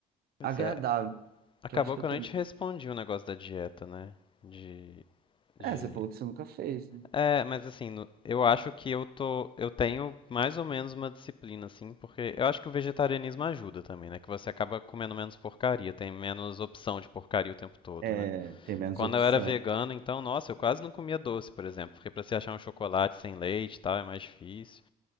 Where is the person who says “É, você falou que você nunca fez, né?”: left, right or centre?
Right